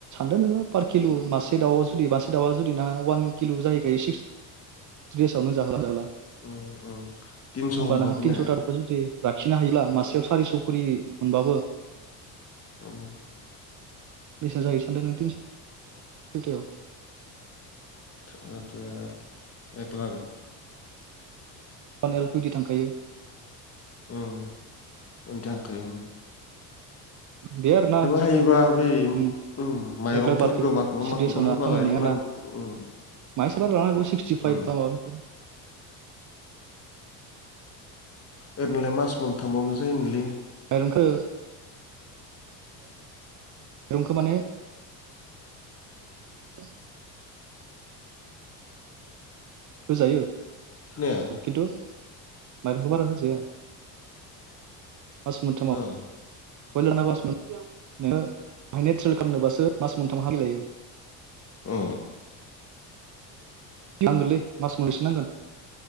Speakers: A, on the right (about 40°); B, on the left (about 30°).
A: दा नोङो पार केलु मासे दाउआ जुदि मासे दाउआ जुदि नोंहा अवान किल जाहैखायो सिक्सटि देसावनो जाहला जला
B: उम उम तिनस' होनबाबो
A: ओमबा नोंहा तिनस'
B: ने
A: ता दावखौ जुदि लाखिनो हायोब्ला मासेयाव सारिस' खरि मोनबाबो
B: उम
A: बेसे जाहैयो सानदों नों तिनसतायाव?
B: थ थ एक लाख'
A: अवान एल टुयेनति थांखायो
B: ओम ओं थांखायो ओं
A: बे आरो ना
B: हायोबा
A: ओम
B: बै उ माइरंफोरखौ
A: एख लाख बारखो
B: माखौबा
A: सिदेसावना
B: माखौबा होबालाय
A: खामायनाया
B: इमान
A: ना
B: उ
A: <unintelligible>
B: उ ओरैनोलाय मास मोनथामावनो जायोमोनलै
A: माइरंखौ रुमखौ माने <unintelligible> होजायो
B: खोनाया
A: <inaudible> खिन्थु माइरंखौ बारा होजाया फास मोनथामाव
B: ओ
A: बयलाना बास मोन नोङो ट्रेल खालामनोबासो मास मोनथाम हा‌ लागै लायो
B: औ
A: नांगोलै मास मोननैसो नांगोन